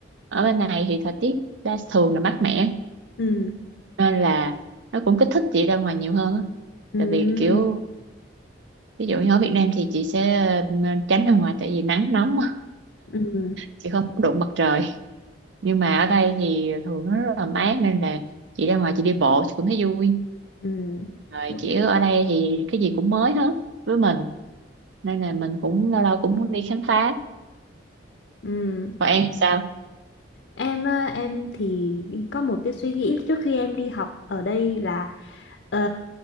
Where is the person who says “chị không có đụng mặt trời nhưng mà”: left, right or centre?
Right